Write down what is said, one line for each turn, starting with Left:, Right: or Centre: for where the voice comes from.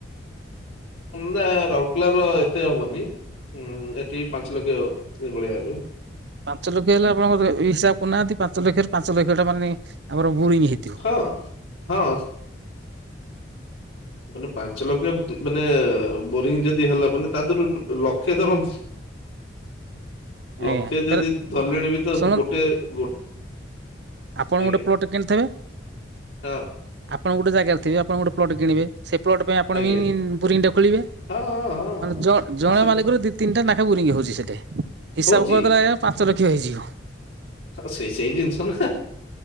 Left: ନା ରାଉରକେଲା ର ଏତେ ହବନି। ଠି ପାଞ୍ଚ ଲକ୍ଷ ଭଳିଆ ହେବେ ଆଉ।
Right: ପାଞ୍ଚ ଲକ୍ଷ ହେଲେ ଆପଣଙ୍କର ହିସାବ କରୁନାହାନ୍ତି ପାଞ୍ଚ ଲକ୍ଷରେ ପାଞ୍ଚ ଲକ୍ଷ ଟା ମାନେ ଆମର ବୋରିଂ ହେଇଥିବ।
Left: ହଁ ହଁ ମାନେ ପାଞ୍ଚ ଲକ୍ଷ ମାନେ ବୋରିଂ ଯଦି ହେଲା ମାନେ ତା ଦେହରୁ ଲକ୍ଷେ ଧରନ୍ତୁ
Right: <unintelligible>
Left: ଲକ୍ଷେ ଯଦି
Right: ଫେରେ
Left: ଧରଲେଣି ବି ତ
Right: ଶୁଣ
Left: ଗୋଟେ ଗୋ
Right: ଆପଣ
Left: ଆଜ୍ଞା
Right: ଗୋଟେ ପ୍ଲଟ କିଣିଥିବେ?
Left: ହଁ
Right: ଆପଣ ଗୋଟେ ଜାଗାରେ ଥିବେ ଆପଣ ଗୋଟେ ପ୍ଲଟ କିଣିବେ। ସେ ପ୍ଲଟ ପାଇଁ ଆପଣ
Left: ଆଜ୍ଞା
Right: ବି ବୁରିଙ୍ଗ ଟେ ଖୋଳିବେ।
Left: ହଁ ହଁ ହଁ
Right: ମାନେ
Left: ହଁ
Right: ଜ ଜଣେ
Left: ନିଶ୍ଚିତ
Right: ମାଲିକ ର ଦି ତିନିଟା ନାକ୍ଷେ ବୁରିଙ୍ଗି ହଉଛି ସେଠି। ହିସାବ
Left: ହଉଛି।
Right: କରିଦେଲେ ପାଞ୍ଚ ଲକ୍ଷ ହେଇଯିବ।
Left: ସ ସେଇ ସେଇ ଜିନିଷ ନା